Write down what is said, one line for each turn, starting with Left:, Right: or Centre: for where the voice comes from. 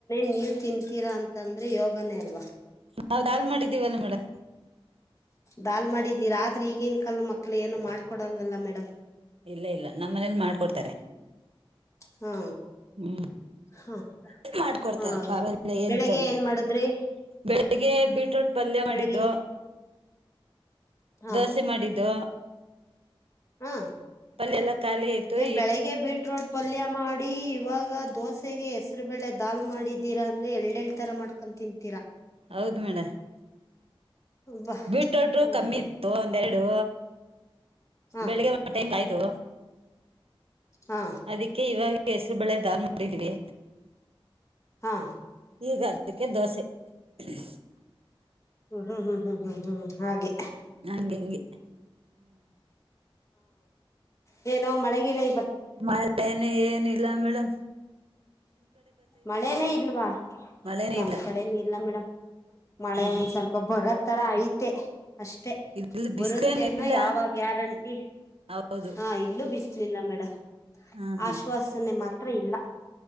Left: ನೀವ್ ತಿಂತೀರಾ ಅಂತಂದ್ರೆ ಯೋಗನೆ ಅಲ್ವಾ
Right: ನಾವ್ ದಾಲ್ ಮಾಡಿದೀವಿ ಅನ್ಬಿಡು
Left: ದಾಲ್ ಮಾಡಿದಿರಾ ಆದ್ರೆ ಈಗಿನ್ ಕಾಲ್ದ ಮಕ್ಳು ಏನು ಮಾಡ್ಕೊಳಲ್ವಲ್ಲ ಮೇಡಂ
Right: ಇಲ್ಲ ಇಲ್ಲ ನಮ್ ಮನೇಲ್ ಮಾಡ್ಕೊಡ್ತಾರೆ
Left: ಹಾ
Right: ಹೂ
Left: ಹಾ
Right: ಮಾಡಿ ಕೊಡ್ತಾರೆ
Left: ಹಾ
Right: ಪರ್ವಾಗಿಲ್ಲ ಏನು
Left: ಬೆಳಿಗ್ಗೆ
Right: ತೊಂದ್ರೆ
Left: ಏನ್
Right: ಇಲ್ಲ
Left: ಮಾಡಿದ್ರಿ
Right: ಬೆಳಿಗ್ಗೆ ಬೀಟ್ರೂಟ್ ಪಲ್ಯ ಮಾಡಿದ್ದೋ
Left: ಬೆಳಿಗ್ಗೆ ಹಾ
Right: ದೋಸೆ ಮಾಡಿದ್ದೋ
Left: ಹಾ
Right: ಅಲ್ಲೆಲ್ಲ ಖಾಲಿ ಆಯ್ತು.
Left: ಏನ್ ಬೆಳಿಗ್ಗೆ ಬೀಟ್ರೋಟ್ ಪಲ್ಯ ಮಾಡಿ ಈವಾಗ ದೋಸೆ ಗೆ ಹೆಸರುಬೇಳೆ ದಾಲ್ ಮಾಡಿದಿರಾ ಎಂದರೆ ಏಳ್ಳ್ ತರ ಮಾಡ್ಕ ತಿಂತಿರಾ.
Right: ಹೌ ಮೇಲೆ.
Left: ಅಬ್ಬಾ
Right: ಬೀಗರ ಟು
Left: ಹ್ಮ್
Right: ಕಮ್ಮಿ ಇತ್ತು ಎರಡು.
Left: ಹಾ
Right: ಬೆಳ್ಳಗೆ ಒಂದು ಟೈಮ್ ಅಯ್ತು.
Left: ಹಾ
Right: ಅದಕ್ಕೆ ಇವಾಗ ಹೆಸರುಬೇಳೆ ದಾಲ್ ಮಾಡಿದೀವಿ.
Left: ಹಾ
Right: ಈಗಾಗಬೇಕು ದೋಸೆ. ಸ್.
Left: ಹು ಹು. ಆಗಿ.
Right: ನಂಗೆ ಅಂಗೆ.
Left: ಹ್ ಮಳೆ ಗಿಳೆ.
Right: ಮಾಡೀನಿ ಏನೂ ಇಲ್ಲ ಮೇಡಂ.
Left: ಮಳೆನೇ ಇಲ್ವಾ
Right: ಮಳೆನೇ
Left: ನಮ್
Right: ಇಲ್ಲ
Left: ಕಡೆ ಇಲ್ಲ ಮೇಡಂ ಮಳೆ
Right: ಹ್ಮ್
Left: ಸ್ವಲ್ಪ ಬರೋ ತರ ಐತೆ. ಅಷ್ಟೇ
Right: ಇಲ್ಲಿ
Left: ಬರುತ್ತೆ
Right: ಬಿಸ್ಲೇನಿಲ್ಲ
Left: ಅಂತ ಯಾವ ಗ್ಯಾರೆಂಟಿ
Right: ಹೌದು
Left: ಆ ಇಲ್ಲೂ ಬಿಸ್ಲಿಲ್ಲ ಮೇಡಂ
Right: ಹ್ಮ್
Left: ಆಶುವಾಸನೆ
Right: ಹ್ಮ್
Left: ಮಾತ್ರ ಇಲ್ಲ.